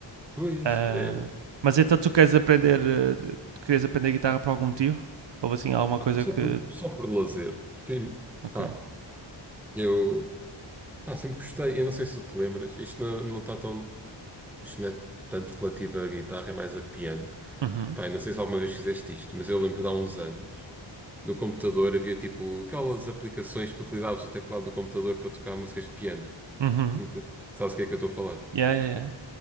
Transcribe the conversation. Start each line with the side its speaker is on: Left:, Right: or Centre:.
Centre: Pois,
Right: Ah,
Centre: é,
Right: mas então tu queres aprender, eh, tu querias aprender guitarra por algum motivo? Houve assim alguma
Centre: pá,
Right: coisa
Centre: só
Right: que.
Centre: por, só por lazer. Porque,
Right: Ok.
Centre: pá, eu pá, sempre gostei. Eu não sei se tu te lembras, isto não, não está tão, isto não é tanto relativo à guitarra, é mais a piano.
Right: Uhum.
Centre: Pá, eu não sei se alguma vez fizeste isto, mas eu lembro de há uns anos, no computador havia tipo aquelas aplicações que utilizavas o teclado do computador para tocar músicas de piano.
Right: Uhum.
Centre: Não sei, sabes o que é que eu estou a falar?
Right: Yeah, yeah, yeah.